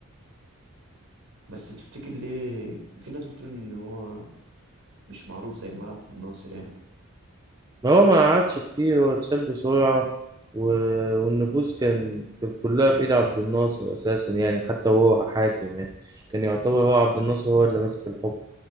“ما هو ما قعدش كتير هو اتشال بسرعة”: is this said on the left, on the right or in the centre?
Right